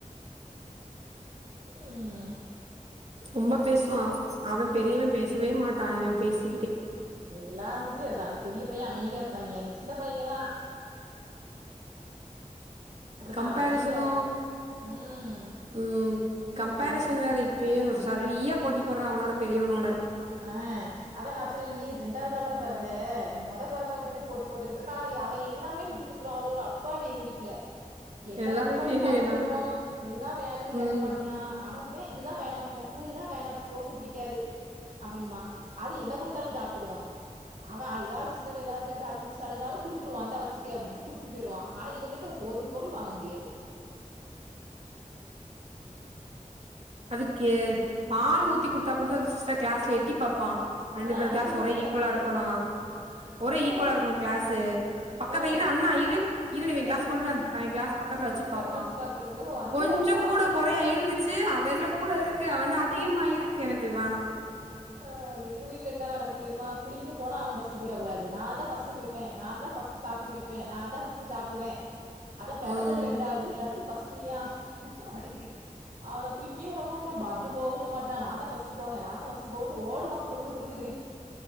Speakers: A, on the right; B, on the right.
A: ம்
B: ரொம்ப பேசுவா அவ பெரியவ
A: அ
B: பேசவே மாட்டா இவ பேசி
A: எல்லா வீட்லயு அதா அந்த பெரிய பைய அமைதியா இருப்பாய்ங்க அந்த சின்ன பையங்க தா அப்டித்தா
B: கம்பரிசனு
A: அமைதியா இருப்பா ம்
B: ம் கம்பரிசன்
A: என்
B: வேற இப்பயே ஒரு சரியா போட்டி போடுறா அவனோட பெரியவனோட
A: அ அதா நா சொன்ன நீ ரெண்டாவதான்டா பிறந்த மொத பிறந்தவங்கிட்ட பேய் போட்டி போட்டுகிட்டு இரு காணாது அவ எல்லாமே விட்டு குடுத்துருவா அது ஒரு அப்பாவி எங்க வீட்ல என்ன
B: எல்லா
A: குடுத்தாலு
B: வீட்லயுமேதா
A: சாப்ட்டுகுடு இதுதா வேணுன் கேக்க
B: ம்
A: மாட்டியா ஆனா இவ இதுதா வேணு எனக் பூரிதா வேணு அ தோச பிடிக்காது அப்டின்பா அது என்ன குடுத்தாலு சாப்ட்டுக்குடு அவ அ எதாது சின்னவ எதாது கேட்டு அடம்பிடுச்சழுதாலு குடுத்துருவா இந்தா வச்சுக்க அப்டின்ட்டு குடுத்துட்டு பேயிருவா ஆனா இவங்கிட்ட ஒரு பொருள் வாங்க முடியாது
B: அதுக்கே பால் ஊத்தி குடுத்தா குடிறா தா து ஸ்ரா கிளாஸ எட்டி பாப்பா ரெண்டு
A: ஆ
B: பேர் கிளாஸ்
A: என்ன குடிக்காங்கன்ட்டு
B: ஒரே ஈக்வலா இருக்கணும் ஒரே ஈக்வலா
A: ஆ
B: இருக்கணும் கிளாசு பக்கத்து
A: ஆ
B: இரு அண்ணா இரு இரு நா அவங்க
A: ஆ
B: கிளாஸ் கொண்டு போயி அவன் கிளாஸ் பக்கத்துல வச்சி பாப்பான்
A: பக்கத்துல வச்சு பாக்குறது ஓ அந்த
B: கொஞ்சம்
A: அளவுக்கா
B: கொறையா இருந்துச்சி அவ இதுல கூட இருக்கு அவன அதிகமா இருக்கு எனக்கு வேணா
A: உ எங்க வீட்ல என்ன நடக்கும் தெரியுமா குளிக்க போனா அவன் பஸ்ட்டு போயிர கூடாது நாந்தா பஸ்ட்டு குளிப்பேன் நாந்தா ஃபஸ் டு காப்பி குடிப்பே நான் தான் ஃபஸ்ட்டு சாப்டுவே அதா பெறந்தது
B: ம்
A: ரண்டாவது எல்லாத்துக்கும் பஸ்ட்டு நீயா அப்டிங்க அவன குளிக்கே உட மாட்டான் பாத்ரூம் போவ உட மாட்டான் நாந்தா ஃபஸ்ட்டு போவேன் நாந்தா ஃபஸ் டு போவன்ட்டு ஓடுவான் குடு குடு குடு னு